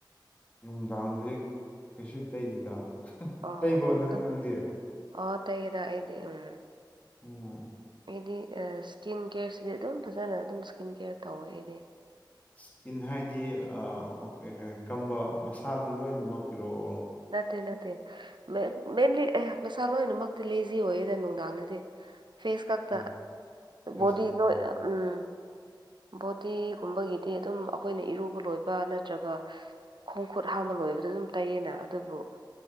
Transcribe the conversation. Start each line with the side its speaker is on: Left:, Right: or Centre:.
Left: ꯅꯨꯡꯗꯥꯡꯗꯗꯤ ꯀꯩꯁꯨ ꯇꯩꯗꯦꯗ
Right: ꯑꯣ
Left: ꯇꯩꯕ꯭ꯔꯣ
Right: ꯑꯣ ꯑꯗꯨꯝ
Left: ꯅꯪ ꯅꯪꯗꯤ
Right: ꯑꯣ ꯇꯩꯌꯦꯗ ꯑꯩꯗꯤ ꯎꯝ
Left: ꯎꯝ
Right: ꯑꯩꯗꯤ ꯑ ꯏꯁꯀꯤꯟ ꯀꯦꯌꯔꯁꯤꯗꯤ ꯑꯗꯨꯝ ꯐꯖꯅ ꯑꯗꯨꯝ ꯏꯁꯀꯤꯟ ꯀꯦꯌꯔ ꯇꯧꯋꯦ ꯑꯩꯗꯤ
Left: ꯏꯁꯀꯤꯟ ꯍꯥꯏꯗꯤ ꯑ ꯑꯣ ꯀꯦ ꯀꯝꯕ ꯃꯁꯥ ꯂꯣꯏꯅꯃꯛꯀꯤꯔꯣ ꯑꯣꯔ
Right: ꯅꯠꯇꯦ ꯅꯠꯇꯦ ꯃꯦ ꯃꯦꯟꯂꯤ ꯑꯌꯥ ꯃꯁꯥ ꯂꯣꯏꯅꯃꯛꯇꯤ ꯂꯦꯖꯤ ꯑꯣꯏꯌꯦꯗ ꯅꯨꯡꯗꯥꯡꯗꯗꯤ ꯐꯦꯁ ꯈꯛꯇ
Left: ꯀꯩ ꯐꯦꯁ
Right: ꯕꯣꯗꯤ
Left: ꯀꯠꯇꯨꯝꯒ
Right: ꯂꯣꯏ ꯎꯝ ꯕꯣꯗꯤꯒꯨꯝꯕꯒꯤꯗꯤ ꯑꯗꯨꯝ ꯑꯈꯣꯏꯅ ꯏꯔꯨꯕ ꯂꯣꯏꯕ ꯅꯠꯇ꯭ꯔꯒ ꯈꯣꯡ ꯈꯨꯨꯠ ꯍꯥꯝꯕ ꯂꯣꯏꯕꯗ ꯑꯗꯨꯝ ꯇꯩꯌꯦꯅ ꯑꯗꯨꯕꯨ